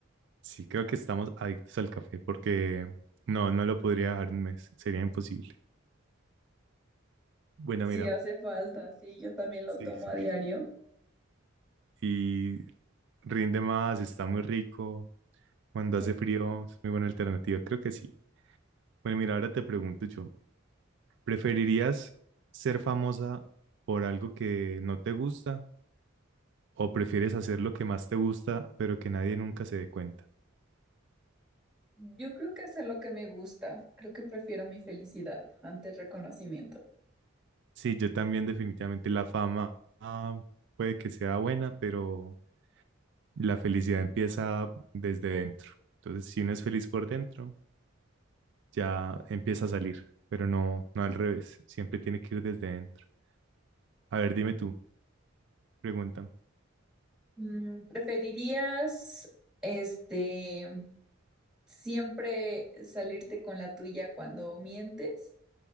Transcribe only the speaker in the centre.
Sí
hace falta, sí, yo también lo
tomo
a diario.
Sí.
Yo creo que hacer lo que me gusta, creo que prefiero mi felicidad ante el reconocimiento.
Mm, ¿Preferirías, este, siempre salirte con la tuya cuando mientes